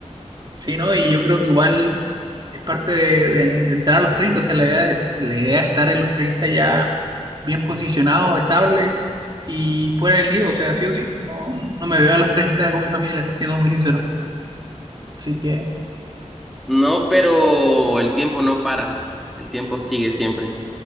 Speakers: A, on the right (about 40°); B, in the centre.
A: Sí, ¿no? Y yo creo que igual es parte de, de- de entrar a los 30, o sea, la idea, es- la idea es estar en los 30 ya bien posicionado, estable y fuera del nido, o sea, sí o sí, no, no me veo a los 30 con mi familia, siendo muy sincero. Así que,
B: No, pero el tiempo no para. El tiempo sigue siempre.